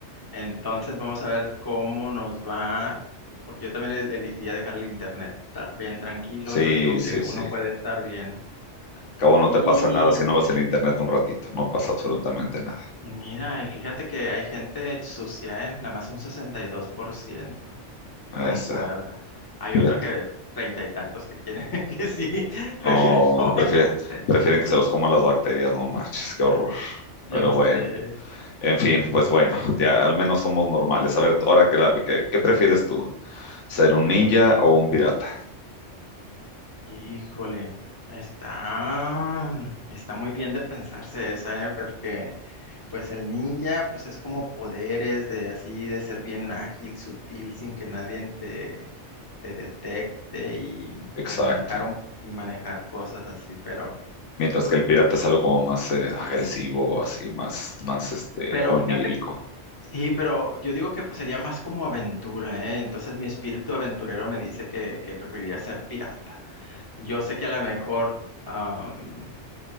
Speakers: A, on the left; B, on the left.
A: Entonces vamos a ver cómo nos va, porque yo también el- elegiría dejar el internet, estar bien tranquilo,
B: Sí,
A: yo digo que
B: sí,
A: uno
B: sí.
A: puede estar bien.
B: Cabo no
A: Y
B: te pasa nada si no vas al internet un ratito, no pasa absolutamente nada.
A: mira, y fíjate que hay gente sucia, ¿eh? Nada más un sesenta y dos por ciento, concuerda.
B: Es, eh,
A: Hay
B: fíjate,
A: otra que treinta y tantos que quieren <laughs> que sí,
B: no,
A: prefieren no
B: prefiere-
A: bañarse.
B: prefieren que se los coman las bacterias, no marches, qué horror. Pero
A: Yo
B: bueno.
A: sé.
B: En fin, pues bueno, ya al menos somos normales. A ver, ahora que la, que- ¿qué prefieres tú? ¿Ser un ninja o un pirata?
A: Híjole, está, está muy bien de pensarse esa, ¿eh? Porque Pues el ninja, pues es como poderes de así, de ser bien ágil, sutil, sin que nadie te, te detecte y
B: Exacto.
A: pues manejar un- y manejar cosas así, pero,
B: Mientras que el pirata es algo como más eh, agresivo, así, más, más este,
A: pero
B: onírico.
A: fíjate, sí, pero yo digo que pues sería más como aventura, ¿eh? Entonces mi espíritu aventurero me dice que, que preferiría ser pirata. Yo sé que a lo mejor, am,